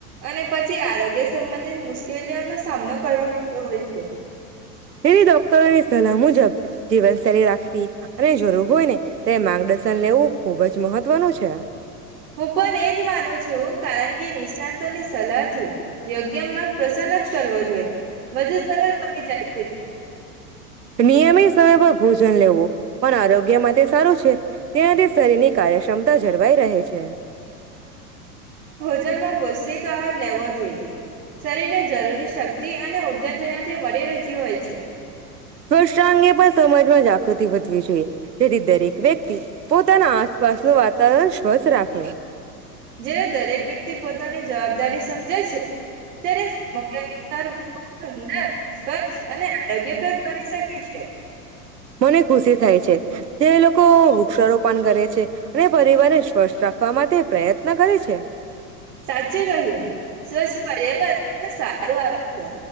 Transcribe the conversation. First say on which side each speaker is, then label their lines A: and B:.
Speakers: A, on the right (about 60°); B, on the right (about 80°).
A: અને પછી આરોગ્ય સંબંધિત મુશ્કેલી કેજના સામનો કરવાો પડતો હોય છે.
B: હે ડોક્ટર સલાહ મુજબ, જીવનશૈલી રાખવી અને જરૂર હોય ને તે માર્ગદર્શન લેવું ખૂબ જ મહત્વનું છે.
A: હું પણ એજ માનું છું. કારણ કે નિષ્ણાંતની સલાહ થી, યોગ્ય માર્ગ પ્રસન્ન જ કરવો જોઈએ, મજુ સર બ જાય છે.
B: નિયમિત સમય પર ભોજન લેવું. પણ આરોગ્ય માટે સારું છે, તેનાથી શરીર કાર્ય ક્ષમતા જળવાઈ રહે છે.
A: નમાં પૌષ્ટિક આહાર લેવો જોઈએ. શરીરને જરૂરી શક્તિ અને ઉર્જા તેનાથી મળી રહેતી હોય છે.
B: ફષ્ટ અંગે પણ સમાજમાં જાગૃતિ વધવી જોઈએ. જેથી દરેક વ્યક્તિ પોતાના આસપાસનું વાતાવરણ સ્વસ્થ રાખે.
A: જ્યારે દરેક વ્યક્તિ પોતાની જવાબદારી સમજે છે ત્યારે સમગ્ર વિસ્તાર વધુ સુંદર સ્વચ્છ અને આરોગ્યપ્રદ બની શકે છે.
B: મને ખુશી થાય છે. જે લોકો વૃક્ષારોપણ કરે છે, અને પરિવારને સ્વસ્થ રાખવા માટે પ્રયત્ન કરે છે.
A: સાચું કહ્યું, સ્વચ્છ પર્યાવરણ સારું આરોગ્ય,